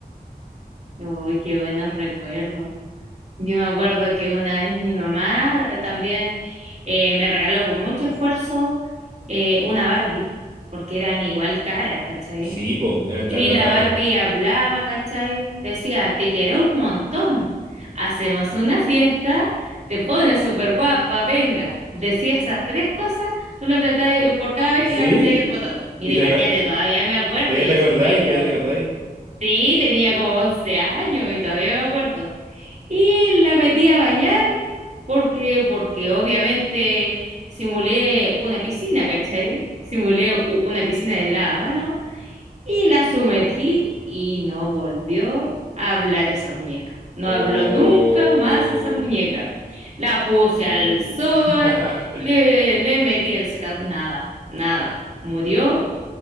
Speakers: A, on the right; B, on the right.
A: Uy, qué buenos recuerdos. Yo me acuerdo que una vez mi mamá eh, también eh, me regaló con mucho esfuerzo eh, una Barbie, porque eran igual caras, ¿cachai?
B: Sí, po, eran
A: Y
B: caras las
A: la
B: Barbie.
A: Barbie hablaba, ¿cachai? Decía, te quiero un montón, hacemos una fiesta, te pones súper guapa, venga. Decía esas tres cosas, tú le apretabas, por cada vez
B: ¿Sí?
A: que le apretabas el botón. Mira,
B: ¿Y, te,
A: imagínate,
B: aco- y-
A: todavía me acuerdo
B: todavía
A: y
B: te
A: eso
B: acordáis?
A: fue, pero
B: ¿Todavía te acordáis?
A: sí, tenía como 11 años y todavía me acuerdo. Y la metí a bañar porque, porque obviamente simulé una piscina, ¿cachai? Simulé u- una piscina de lavamanos y la sumergí y no volvió a hablar esa muñeca. No
B: Oh,
A: habló nunca más esa muñeca. La puse
B: sí.
A: al sol,
B: <laughs>
A: le, le metí el secador, nada, nada. Murió